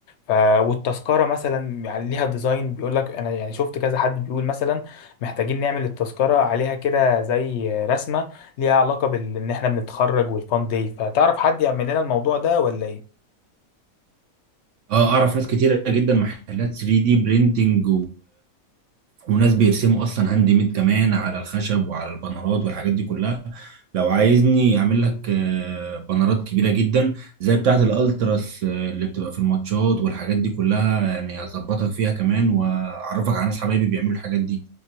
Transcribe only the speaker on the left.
ف والتذكره مثلا يعني ليها ديزاين بيقول لك انا يعني شفت كذا حد بيقول مثلا محتاجين نعمل التذكره عليها كده زي رسمه ليها علاقه بان احنا بنتخرج والفان داي فتعرف حد يعمل لنا الموضوع ده ولا ايه